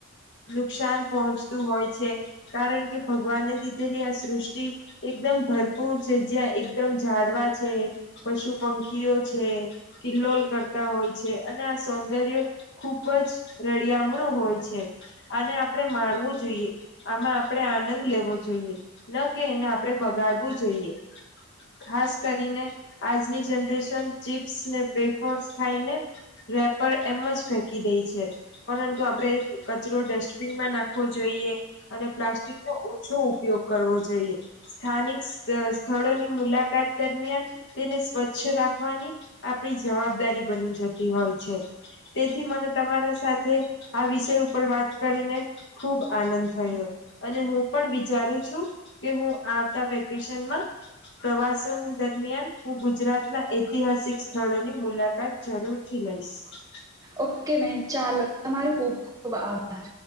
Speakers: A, on the left (about 50°); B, on the right (about 15°).
A: નુકસાન પહોંચતું હોય છે, કારણ કે ભગવાને દીધેલી આ સૃષ્ટિ એકદમ ભરપૂર છે, જ્યાં એકદમ ઝાડવા છે, પશુ-પંખીઓ છે, કિલ્લોલ કરતા હોય. છે આ સૌંદર્ય ખુબ જ રળિયામણું હોય છે, આને આપણે માણવું જોઈએ, આમાં આપણે આનંદ લેવો જોઈએ, ન કે એને આપણે બગાડવું જોઈએ, ખાસ કરીને આજની જનરેશન ચીપ્સ ને વફર્સ ખાઈને. રેપર એમ જ ફેંકી દે છે, પરંતુ આપણે કચરો ડસ્ટબીનમાં નાખવો જોઈએ અને પ્લાસ્ટિક નો ઓછો ઉપયોગ કરવો જોઈએ. સ્થાનિક સ્થળોની મુલાકાત દરમિયાન તેને સ્વચ્છ રાખવાની આપણી જવાબદારી બની જતી. તેથી મને તમારા સાથે આ વિષય ઉપર વાત કરીને ખુબ આનંદ થયો, અને હું પણ વિચારું છું કે હું આવતા વેકેશનમાં પ્રવાસન દરમિયાન હું ગુજરાતના ઐતિહાસિક સ્થળોની મુલાકાત જરૂર. લઈશ.
B: ઓકે મેમ, ચાલો. તમારો ખૂબ ખૂબ આભાર.